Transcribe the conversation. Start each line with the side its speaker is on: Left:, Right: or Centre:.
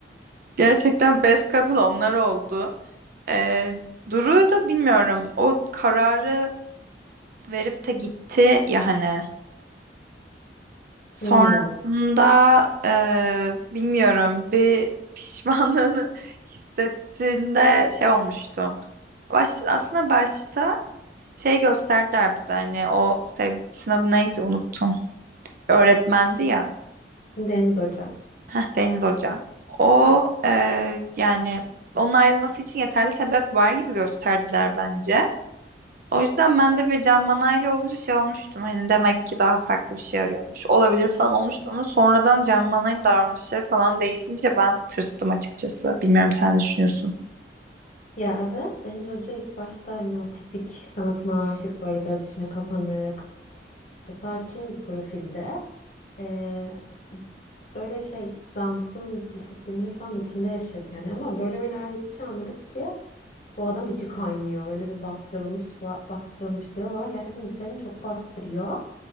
Right: Gerçekten best couple onlar oldu. Ee, Duru'yu da bilmiyorum. O kararı verip de gitti ya hani. Sonrasında
Left: Hmm,
Right: e, bilmiyorum bir pişmanlığını <laughs> hissettiğinde şey olmuştum. Baş, aslında başta şey gösterdiler bize hani o sevgilisinin adı neydi unuttum. Öğretmendi ya.
Left: Deniz Hoca.
Right: Heh, Deniz Hoca. O e, yani onun ayrılması için yeterli sebep var gibi gösterdiler bence. O yüzden ben de bir Can Manay'la olunca şey olmuştum. Hani demek ki daha farklı bir şey arıyormuş. Olabilir falan olmuştum ama sonradan Can Manay'ın davranışları falan değişince ben tırstım açıkçası. Bilmiyorum sen ne düşünüyorsun?
Left: Ya evet Deniz Hoca ilk başta hani o tipik sanatına aşık böyle biraz içine kapanık işte sakin bir profilde Ee, böyle şey dansın disiplinini falan içinde yaşıyordu yani ama bölüm ilerledikçe anladık ki bu adam içi kaynıyor öyle bir bastırılmış va- bastırılmışlığı var gerçekten hislerini çok bastırıyor